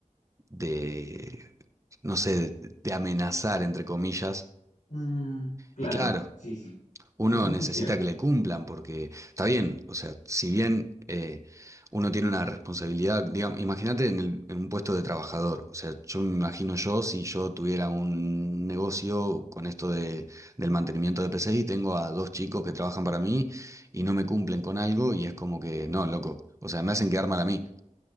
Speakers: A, on the right (about 25°); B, on the left (about 90°).
A: de, no sé, de de amenazar, entre comillas.
B: Mm, claro,
A: Y claro,
B: sí, sí.
A: uno
B: Eso es
A: necesita
B: muy cierto.
A: que le cumplan porque está bien, o sea, si bien eh, uno tiene una responsabilidad, digamos, imagínate en, el- en un puesto de trabajador, o sea, yo me imagino yo si yo tuviera un negocio con esto de, del mantenimiento de PC y tengo a dos chicos que trabajan para mí y no me cumplen con algo y es como que, no, loco, o sea, me hacen quedar mal a mí.